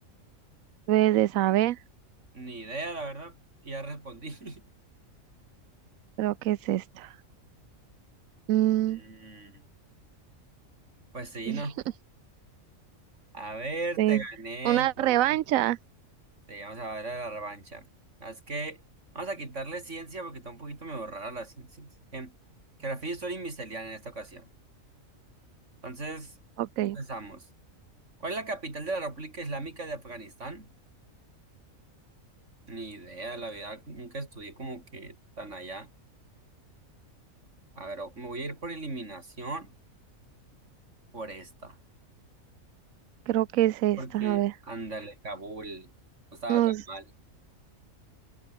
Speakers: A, on the right (about 80°); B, on the right (about 60°).
A: Debes de saber.
B: <laughs> Ni idea, la verdad. Y ya respondí. <laughs>
A: Creo que es esta. Mm.
B: Mm, Pues sí,
A: <laughs>
B: ¿no? A ver,
A: de
B: te gané,
A: una
B: entonces.
A: revancha.
B: Sí, vamos a ver a la revancha. Ah, Es que vamos a quitarle ciencia porque está un poquito me borrada la ciencia. Em, Geografía, historia y miscelánea en esta ocasión. Entonces,
A: Ok,
B: empezamos. ¿Cuál es la capital de la República Islámica de Afganistán? Ni idea, la verdad, nunca estudié como que tan allá. A ver, o- me voy a ir por eliminación por esta,
A: creo que es esta.
B: porque
A: A ver.
B: ándale, Kabul, no estaba
A: Nos,
B: tan mal.